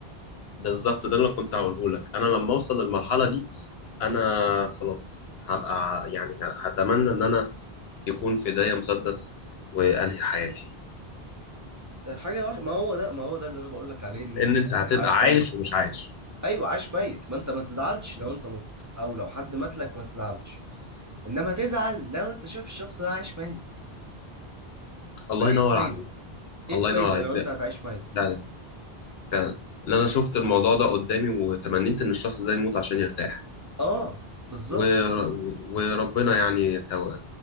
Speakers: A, on the left; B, on the right.
A: بالظبط ده اللي أنا كنت هقوله لك أنا لما أوصل للمرحلة دي أنا خلاص هبقى يعني ه- هتمنى إن أنا يكون في ايديا مسدس وانهي حياتي
B: حاجة واحدة ما هو ده ما هو ده اللي انا بقول لك عليه ان
A: لان
B: انت
A: انت هتبقى
B: تبقى عاش
A: عايش
B: ميت
A: ومش عايش
B: ايوه عاش ميت ما انت ما تزعلش لو انت مت او لو حد مات لك ما تزعلش انما تزعل لو انت شايف الشخص ده عايش ميت
A: الله
B: ما ايه
A: ينور
B: الفايدة
A: عليك
B: ايه
A: الله
B: الفايدة
A: ينور عليك
B: لو
A: ده
B: انت هتعيش ميت
A: لا لا فعلا ان انا شفت الموضوع ده قدامي وتمنيت ان الشخص ده يموت عشان يرتاح
B: اه بالظبط
A: ور... وربنا يعني تو...